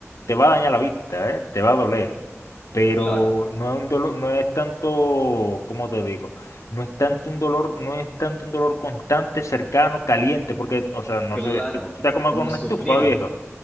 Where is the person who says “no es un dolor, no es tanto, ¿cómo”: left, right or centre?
Left